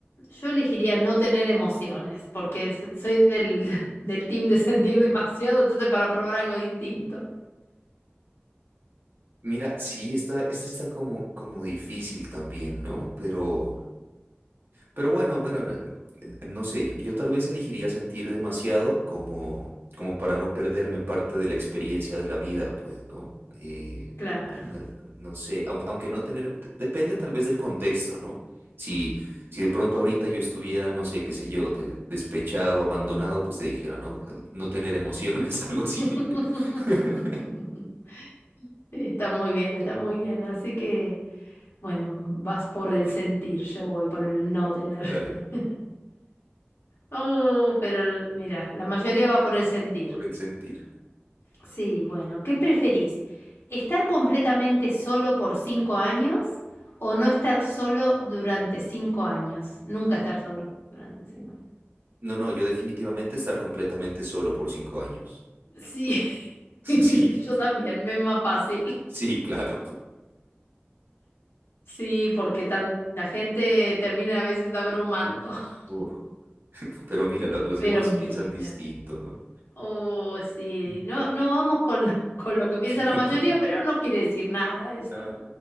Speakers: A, on the left; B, on the right.
A: yo elegiría no tener emociones, porque s- soy del, <laughs> del team de sentir demasiado, entonces para probar algo distinto.
B: Mira, sí, esta, esta está como, como difícil también, ¿no? Pero Pero bueno, bueno, eh, no sé, yo yo tal vez elegiría sentir demasiado como, como para no perderme parte de la experiencia de la vida, pues, ¿no? Eh,
A: Claro.
B: no no sé, aun- aunque no tener, de- depende tal vez del contexto, ¿no? Si, si de pronto ahorita yo estuviera, no sé, qué sé yo, de- despechado, abandonado, pues te dijera, no, no tener emociones, <laughs> algo así.
A: <laughs>
B: <laughs>
A: Está muy bien, está muy bien. Así que, bueno, vas por el sentir, yo voy por el no tener.
B: Dale,
A: <laughs> Oh, pero el- mira, la mayoría va por el sentir.
B: por el sentir.
A: Sí, bueno, ¿qué preferís? ¿Estar completamente solo por cinco años o no estar solo durante cinco años? Nunca estar solo durante cinco años.
B: No, no, yo definitivamente estar completamente solo por cinco años.
A: Sí,
B: <laughs>
A: <laughs>
B: Sí,
A: yo también, me es más fácil.
B: sí, claro.
A: Sí, porque tan, la gente termina a veces abrumando. <laughs>
B: Uf, <laughs> Pero mira, lo- los
A: Pero
B: demás
A: mira,
B: piensan distinto, ¿no?
A: oh, sí,
B: <laughs>
A: no, no vamos con, <laughs> lo- con lo que piensa
B: Cualquier-
A: la mayoría, pero no quiere decir nada esto.
B: Ah,